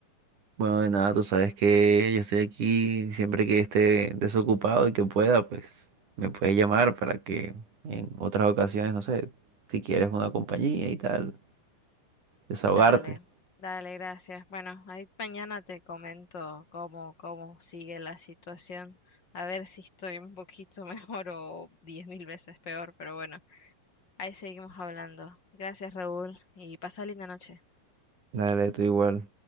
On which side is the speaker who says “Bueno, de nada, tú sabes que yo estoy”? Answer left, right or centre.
Right